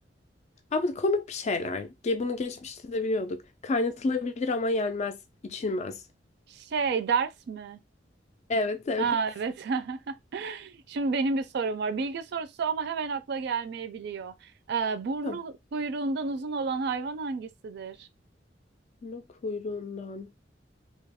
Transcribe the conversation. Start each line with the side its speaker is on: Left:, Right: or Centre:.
Left: Abi komik bir şeyler. Ge- Bunu geçmişte de biliyorduk. Kaynatılabilir ama yenmez, içilmez.
Right: Şey ders mi?
Left: Evet, evet.
Right: Ha evet. <laughs> Şimdi benim bir sorum var. Bilgi sorusu ama hemen akla gelmeyebiliyor. Ee, burnu
Left: Tamam.
Right: kuyruğundan uzun olan hayvan hangisidir?
Left: Bunu kuyruğundan.